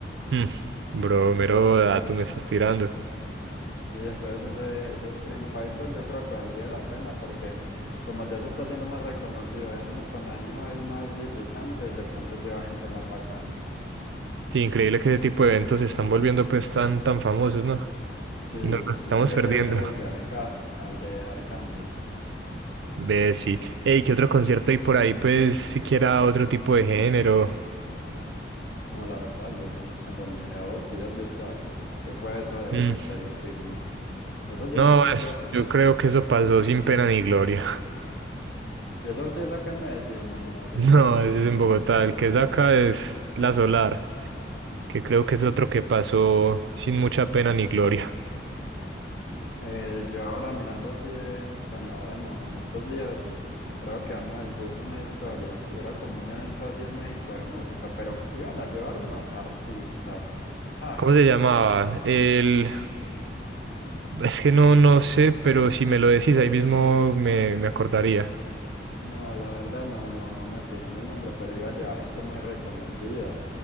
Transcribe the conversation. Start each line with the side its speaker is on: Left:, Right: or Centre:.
Right: Mm, Bro, mero dato me estás tirando.
Left: Sí, entonces ese, ese Stream Fighter yo creo que valdría la pena porque como ya se está haciendo más reconocido de año con año hay más visitantes, de pronto lleva gente más bacana.
Right: Sí, increíble que ese tipo de eventos se están volviendo, pues, tan, tan famosos, ¿no?
Left: Sí,
Right: Y nos los estamos
Left: yo quería
Right: perdiendo.
Left: ir al de Alca, al de Arcángel.
Right: Ve, sí. Ey, ¿qué otro concierto hay por ahí? Pues, siquiera otro tipo de género.
Left: No, la verdad, yo no tengo ni idea. Vos si has visto algo. ¿Qué fue eso del
Right: Mm,
Left: Stereo Picnic? Eso ya,
Right: No, es-
Left: ya fue.
Right: yo creo que eso pasó sin pena ni gloria.
Left: Y eso sí es acá en Medellín, no, no,
Right: <laughs>
Left: eso
Right: No,
Left: es en Bogotá,
Right: es
Left: me
Right: en
Left: estoy
Right: Bogotá.
Left: confundiendo.
Right: El que es acá es la Solar, que creo que es otro que pasó sin mucha pena ni gloria.
Left: Eh, yo ahora mirando así de, bueno, ahora no, en estos días. creo que Anuel puso una historia y era como un evento así en México de música, pero iban a llevar unos artistas. Ja,
Right: ¿Cómo se llamaba? El... Es que no, no sé, pero si me lo decís ahí mismo me, me acordaría.
Left: no, la verdad no, no, no me fijé en el nombre, pero iba a llevar gente muy reconocida.